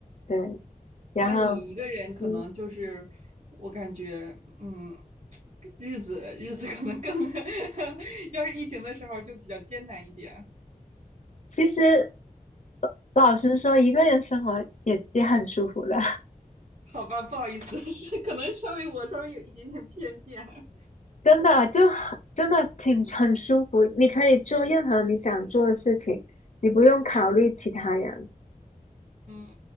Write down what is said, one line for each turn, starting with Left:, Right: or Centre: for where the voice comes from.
Left: 对，然后
Right: 那你一个人可能就是，
Left: 嗯，
Right: 我感觉，嗯，日子日子可能更，<laughs> 要是疫情的时候就比较艰难一点。
Left: 其实呃老实说，一个人生活也也很舒服的，
Right: 好吧，不好意思，是可能稍微我稍微有一点点偏见。
Left: <laughs> 真的就很真的挺很舒服。你可以做任何你想做的事情，你不用考虑其他人。
Right: 嗯，